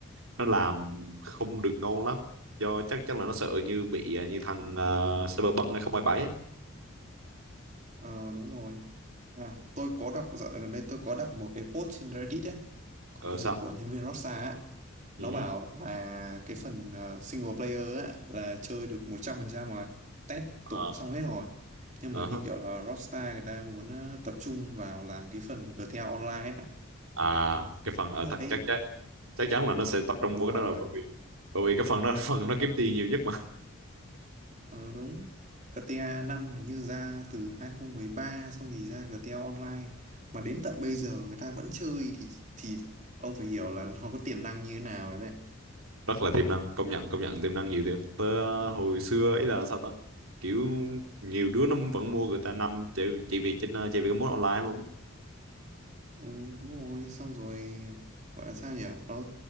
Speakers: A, on the right; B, on the right.
A: nó làm không được ngon lắm do chắc chắn là nó sợ như bị ờ, như thằng ờ, Cyberpunk 2077 ấy.
B: ờ đúng rồi À, tôi có đọc dạo gần đây tôi có đọc một cái post trên Reddit ấy,
A: ờ
B: hình như
A: sao
B: là của nhân viên Rockstar á.
A: ừ.
B: Nó bảo là cái phần ờ, single player á, là chơi được 100% rồi, test
A: ờ,
B: tụng xong hết rồi. Nhưng
A: ờ
B: mà như
A: hả.
B: kiểu là Rockstar người ta muốn ờ, tập trung vào làm cái phần GTA Online ấy.
A: à cái phần ờ,
B: Đấy,
A: chắc chắc chắc chắc chắn là nó sẽ tập trung
B: đúng
A: vào cái
B: rồi.
A: đó rồi bởi vì bởi vì cái phần đó <laughs> là phần nó kiếm tiền nhiều nhất
B: Ờ, đúng. GTA 5 hình như ra từ hai không một ba xong thì ra GTA Online mà đến tận bây giờ người ta vẫn chơi thì thì ông phải hiểu là nó có tiềm năng như thế nào rồi đấy
A: rất là tiềm năng công nhận công nhận tiềm năng nhiều thiệt tớ hồi xưa ấy là sao ta kiểu nhiều đứa nó vẫn mua người ta năm chỉ, chỉ vì trên ờ, chỉ vì cái mốt online luôn
B: Ừ, đúng rồi xong rồi gọi là sao nhỉ nó